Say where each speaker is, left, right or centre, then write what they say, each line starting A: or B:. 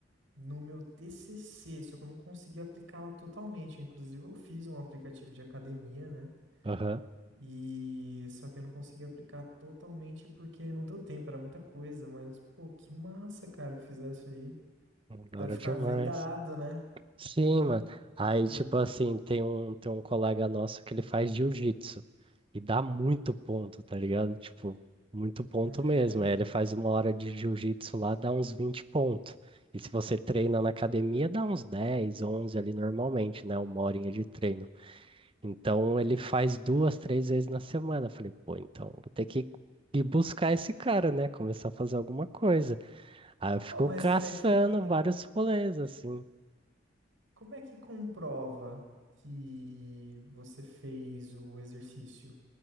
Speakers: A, on the right; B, on the right.
A: no meu TCC, só que eu não consegui aplicá-la totalmente. Inclusive, eu fiz um aplicativo de academia, né?
B: Aham,
A: E só que eu não consegui aplicar totalmente porque não deu tempo, era muita coisa. Mas, pô, que massa, cara, que fizesse isso aí.
B: Da
A: Deve
B: hora
A: ficar
B: demais.
A: vidrado, né?
B: Sim,
A: Que nem
B: mano.
A: um
B: Aí,
A: bolinho.
B: tipo assim, tem um, tem um colega nosso que ele faz jiu-jitsu. E dá muito
A: Uhum.
B: ponto, tá ligado? Tipo, muito ponto
A: É.
B: mesmo. Aí ele faz uma hora de jiu-jitsu lá, dá uns 20 pontos. E se você treina na academia, dá uns 10, 11 ali normalmente, né? Uma horinha de treino. Então ele faz duas, três vezes na semana. Eu Falei, pô, então vou ter que ir buscar esse cara, né? Começar a fazer alguma coisa. Aí eu fico
A: Oh, mas
B: caçando
A: como é que
B: vários
A: com-
B: rolês, assim.
A: como é que comprova que você fez o exercício?